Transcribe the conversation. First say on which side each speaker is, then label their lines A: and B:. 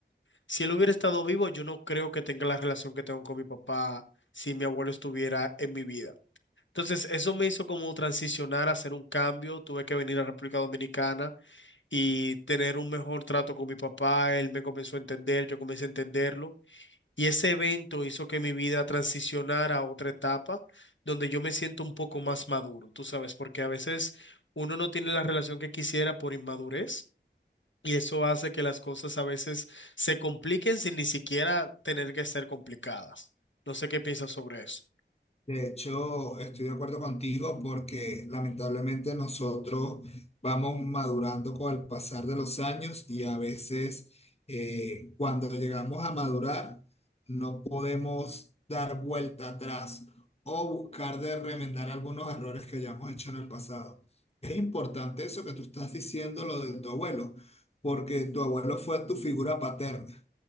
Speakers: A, on the left (about 85°); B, on the left (about 35°).
A: Si él hubiera estado vivo, yo no creo que tenga la relación que tengo con mi papá si mi abuelo estuviera en mi vida. Entonces, eso me hizo como transicionar, hacer un cambio, tuve que venir a República Dominicana y tener un mejor trato con mi papá. Él me comenzó a entender, yo comencé a entenderlo. Y ese evento hizo que mi vida transicionara a otra etapa donde yo me siento un poco más maduro, tú sabes, porque a veces uno no tiene la relación que quisiera por inmadurez. Y eso hace que las cosas a veces se compliquen sin ni siquiera tener que ser complicadas. No sé qué piensas sobre eso.
B: De hecho, estoy de acuerdo contigo porque lamentablemente nosotros vamos madurando con el pasar de los años y a veces eh, cuando llegamos a madurar no podemos dar vuelta atrás o buscar de remendar algunos errores que hayamos hecho en el pasado. Es importante eso que tú estás diciendo, lo de tu abuelo, porque tu abuelo fue tu figura paterna